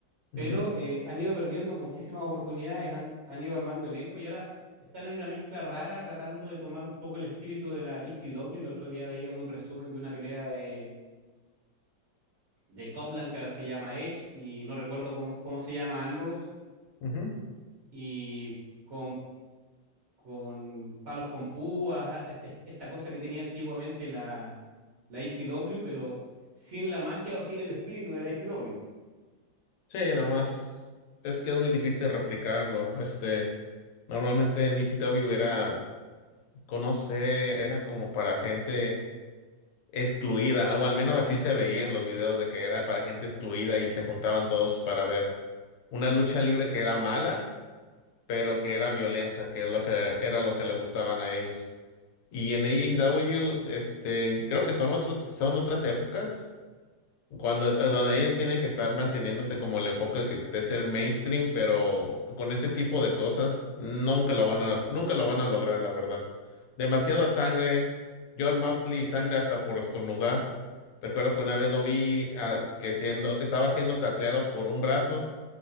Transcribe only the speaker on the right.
pero eh, han ido perdiendo muchísimas oportunidades, han, han ido armando elenco y ahora están en una mezcla rara tratando de tomar un poco el espíritu de la ECW. El otro día veía un resumen de una pelea de, de Copeland que ahora se llama Edge y no recuerdo cómo, cómo se llama Ambrose
y con, con palos con púas, a- es- es- esta cosa que tenía antiguamente la, la ICW, pero sin la magia o sin el espíritu de la ICW.